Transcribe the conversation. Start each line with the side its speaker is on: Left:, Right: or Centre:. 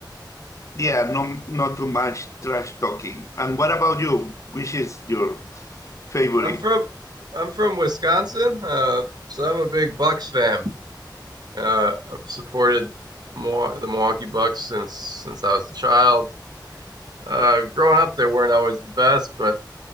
Left: Yeah, no, not too much trash talking. And what about you? Which is your favorite?
Right: I'm from I'm from Wisconsin, uh so I'm a big Bucks fan. Uh, I've supported Milwa- the Milwaukee Bucks since since I was a child. Uh, growing up, they weren't always the best, but